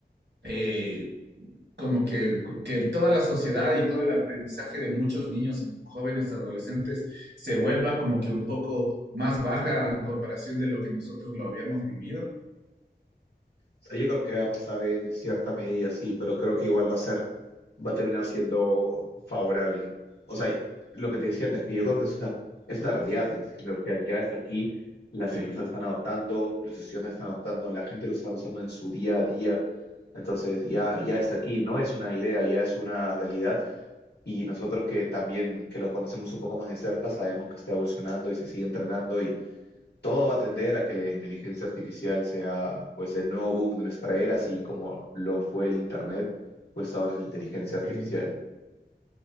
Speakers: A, on the right (about 80°); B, on the left (about 70°).
A: Eh, como que, que, toda la sociedad y todo el aprendizaje de muchos niños y jóvenes adolescentes se vuelva como que un poco más baja en comparación de lo que nosotros lo habíamos vivido.
B: sea, yo creo que va a pasar en cierta medida, sí, pero creo que igual va a ser, va a terminar siendo favorable. O sea, lo que te decía antes, que yo
A: Yeah.
B: creo que es una, es una realidad, la inteligencia artificial ya está aquí, las
A: Sí.
B: empresas la están adoptando, los estudiantes la están adoptando, la gente lo está usando en su día a día. Entonces ya, ya está aquí, no es una idea, ya es una realidad. Y nosotros que también que lo conocemos un poco más de cerca sabemos que está evolucionando y se sigue entrenando todo va a tender a que la inteligencia artificial sea pues el nuevo boom de nuestra era, así como lo fue el internet, pues ahora es la inteligencia
A: Ok.
B: artificial.